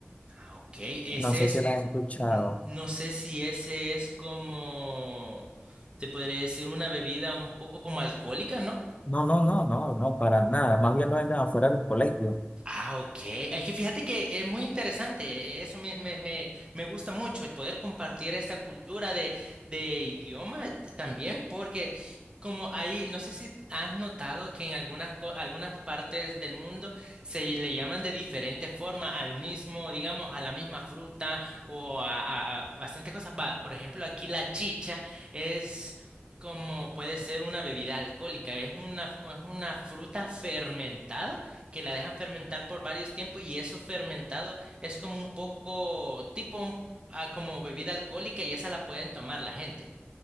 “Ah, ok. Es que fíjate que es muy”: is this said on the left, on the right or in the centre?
Right